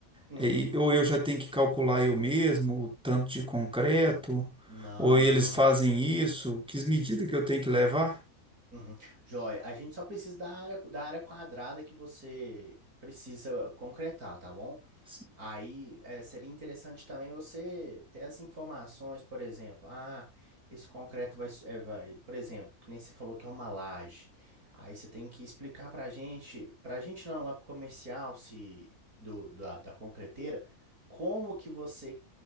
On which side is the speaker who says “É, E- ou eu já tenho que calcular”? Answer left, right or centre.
Centre